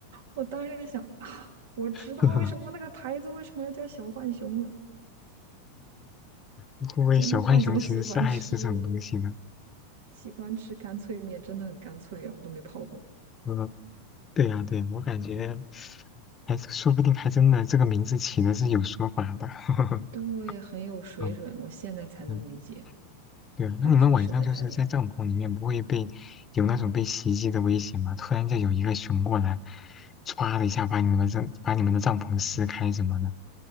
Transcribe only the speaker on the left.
<laughs> 会不会小浣熊其实是爱吃这种东西呢？
嗯，对呀，对呀，我感觉还是说不定还真的这个名字起的是有说法的。<laughs>
嗯
嗯，对啊，那你们晚上就是在帐篷里面不会被有那种被袭击的危险吗？
突然就有一个熊过来，歘的一下把你们的帐把你们的帐篷撕开什么的，